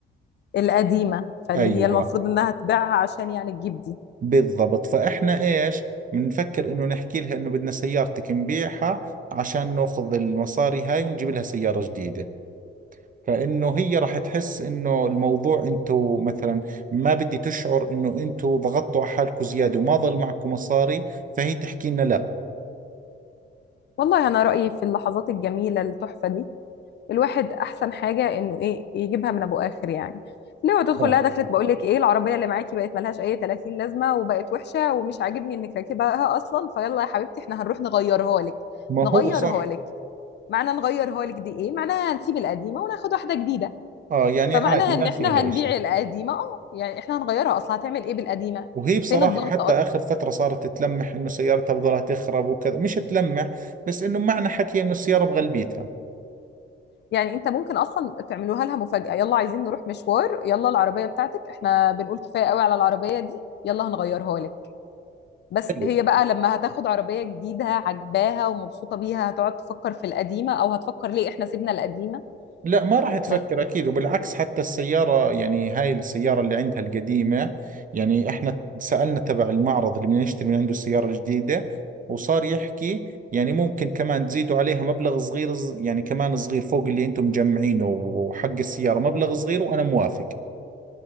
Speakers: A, on the left (about 60°); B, on the right (about 40°).
A: القديمه فاللي
B: ايوه
A: هي المفروض انها تبيعها عشان يعني تجيب دي
B: بالضبط فاحنا ايش بنفكر انه نحكي لها انه بدنا سيارتك نبيعها عشان ناخذ المصاري هاي ونجيب لها سيارة جديدة فانه هي راح تحس انه الموضوع انتو مثلا ما بدي تشعر انه انتو ضغطتوا على حالكم زياده وما ضل معكم مصاري فهي تحكي لنا لا
A: والله انا رايي في اللحظات الجميله التحفه دي الواحد احسن حاجه انه ايه يجيبها من ابو اخر يعني لو تدخل
B: اه
A: لها دخلت بقول لك ايه العربيه اللي معاكي بقت ملهاش اي 30 لازمه وبقت وحشه ومش عاجبني انك راكبها اصلا فيلا يا حبيبتي احنا هنروح نغيرها لك
B: ما
A: نغيرها
B: هو صح
A: لك معنى نغيرها لك دي ايه معناها هنسيب القديمه وناخد واحده جديده
B: اه يعني
A: فمعناها
B: عادي ما
A: ان احنا
B: فيها
A: هنبيع
B: اشي
A: القديمه اه يعني احنا هنغيرها اصلا هتعمل ايه بالقديمه
B: وهي بصراحة
A: فين الضغط
B: حتى
A: اصلا
B: آخر فترة صارت تلمح إنه سيارتها بضلها تخرب وكذا مش تلمح بس إنه معنى حكي إنه السيارة بغلبيتها
A: يعني انت ممكن اصلا تعملوها لها مفاجاه يلا عايزين نروح مشوار يلا العربيه بتاعتك احنا بنقول كفايه قوي على العربيه دي يلا هنغيرها لك بس
B: حلو.
A: هي بقى لما هتاخد عربية جديدة عجباها ومبسوطة بيها هتقعد تفكر في القديمة او هتفكر ليه احنا سيبنا القديمة
B: لا ما راح تفكر
A: ما
B: اكيد وبالعكس حتى السياره يعني هاي السياره اللي عندها القديمه يعني احنا سالنا تبع المعرض اللي بدنا نشتري من عنده السياره الجديده وصار يحكي يعني ممكن كمان تزيدوا عليها مبلغ صغير ص- يعني كمان صغير فوق اللي انتم مجمعينه وحق السياره مبلغ صغير وانا موافق